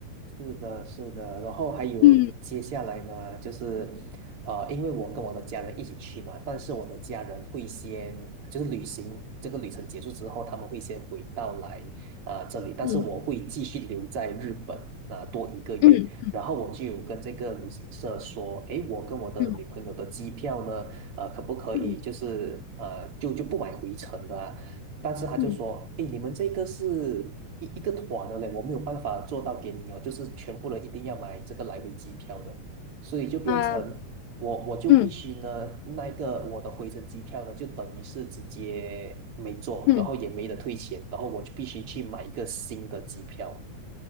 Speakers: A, on the right; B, on the left.
A: 是的，是的，然后还有接下来呢，
B: 嗯
A: 就是，呃，因为我跟我的家人一起去嘛，但是我的家人会先，就是旅行这个旅程结束之后，他们会先回到来啊、这里，但是我会继续留在日本啊、
B: 嗯
A: 多一个月，
B: 嗯
A: 然后我就有跟这个旅行社说，诶，我跟我的女朋友的机票呢，
B: 嗯
A: 呃，可不可以就是呃就就不买回程的啊但是他就说，
B: 嗯嗯
A: 哎，你们这个是一一个团的嘞，我没有办法做到给你哦，就是全部人一定要买这个来回机票的，所以就变成我我就必须呢，
B: 啊嗯
A: 那个我的回程机票呢，就等于是直接没做，
B: 嗯
A: 然后也没得退钱，然后我就必须去买一个新的机票。